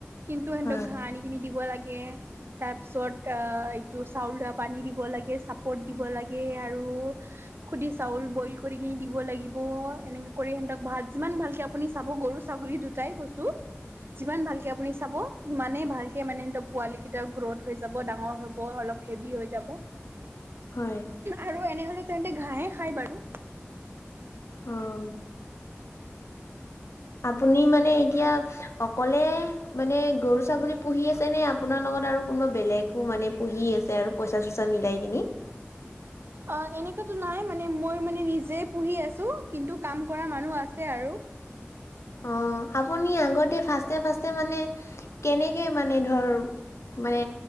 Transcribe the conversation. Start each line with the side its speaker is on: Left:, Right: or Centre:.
Right: কিন্তু হেন্তক
Left: হয়
Right: ঘাঁহ আনি কিনি দিব লাগে, তাৰপিছত আ- এইটো চাউল ধোৱা পানী দিব দিব লাগে, চাপৰ্ট দিব লাগে! আৰু সুধি চাউল বইল কৰি কিনি দিব লাগিব, এনেকে কৰি সিহঁতক ভাত যিমান ভালকে আপুনি চাব গৰু, ছাগলী দুটাই কৈছো৷
Left: <unintelligible>
Right: যিমান ভালকে আপুনি চাব, সিমানেই ভালকে মানে সিহঁতৰ পোৱালি কেইটা গ্ৰথ হৈ যাব, ডাঙৰ হব, অলপ হেভি হৈ যাব৷
Left: হয়!
Right: আৰু এনেহ'লে তেহেটে ঘাঁহে খায় বাৰু৷
Left: অ! আপুনি, মানে এতিয়া অকলে, মানে গৰু-ছাগলী পুহি আছে নে? আপোনাৰ লগত আৰু কোনোবা বেলেগ মানে পুহি আছে আৰু পইচা-চইচা মিলাই কিনি?
Right: অ! এনেকুৱাতো নাই মানে মই মানে নিজে পুহি আছো, কিন্তু কাম কৰা মানুহ আছে আৰু৷
Left: অ! আপুনি আগতে ফাষ্টে ফাষ্টে মানে কেনেকে মানে ধৰ মানে,